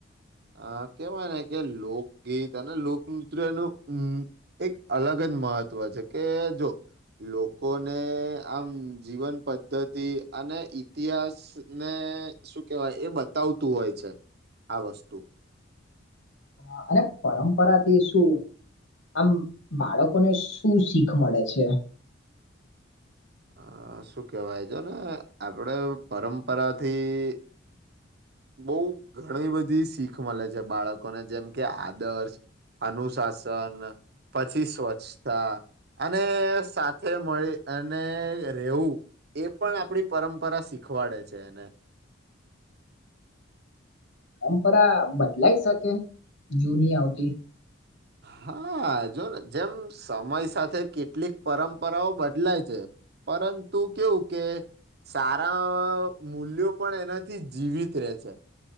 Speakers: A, on the right (about 55°); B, on the left (about 80°).
A: અ કેવાય ને કે લોકગીત અને લોકનૃત્યનુંમ એક અલગ જ મહત્વ છે કે જો લોકોને આમ જીવન પદ્ધતિ અને ઈતિહાસ ને શું કેહેવાય એ બતાવતું હોય છે આ વસ્તુ.
B: હ અને પરંપરાથી શું આમ બાળકોને શું શીખ મળે છે
A: અ શું કેહેવાય જો ને આપણેે પરંપરાથી બઉ ઘણી બધી શીખ મળે છે બાળકોને જેમ કે આદર્શ અનુશાસન પછી સ્વચ્છતા અને સાથે મળી અને રહેેવું એ પણ આપણી પરંપરા શીખવાડે છે એને
B: <unintelligible> પરંપરા બદલાય શકે જૂની આવતી
A: હા જો ને જેમ સમય સાથે કેટલીક પરંપરાઓ બદલાય છે પરંતુ કેવું કે સારા મૂલ્યો પણ એનાથી જીવિત રહેે છે